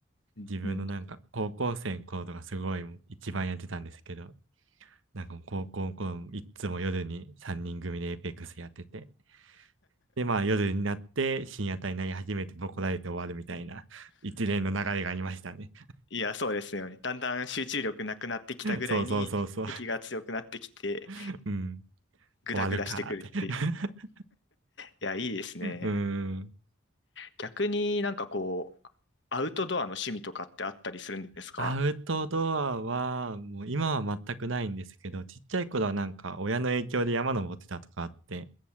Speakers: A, on the left (about 60°); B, on the right (about 75°).
A: うんうん。
B: 自分のなんか高校生の頃とかすごいもう一番やってたんですけど、なんかもう高校の頃もいっつも夜に3人組でエイペックスやってて、で、まあ夜になって深夜帯になり始めてボコられて終わるみたいな <laughs> 一連の流れがありましたね。
A: いや、そうですよね。だんだん集中力なくなってきたぐらいに敵が強くなってきて、
B: <laughs> そうそうそうそう。<laughs> うん。
A: グダグダしてくるっていう。
B: 終わるかーっ
A: いや、いいですね。
B: て <laughs> うん。
A: 逆になんかこう、アウトドアの趣味とかってあったりするんですか
B: アウトドアは、もう今は全くないんですけど、ちっちゃい頃はなんか親の影響で山登ってたとかあって、